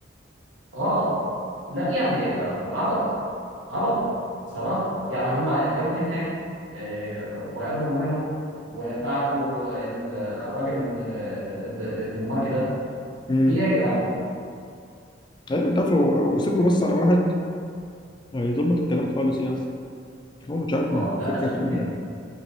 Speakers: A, on the right (about 85°); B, on the left (about 25°).
A: اه لا يعني آه، عبط عبط بصراحة يعني هما جابوا تين هاج آه، وقابلوا مورينو وبعده ال- الراجل آه، الد- الدنماركي ده
B: امم
A: في ايه يا جدعان؟
B: ايوه انت عارف لو لو يصبروا بس على واحد هيظبط الكلام خالص يعني هو مش عارف
A: اه
B: مع الفكرة
A: لا بس
B: في
A: هم
B: إيه
A: يعني
B: يعني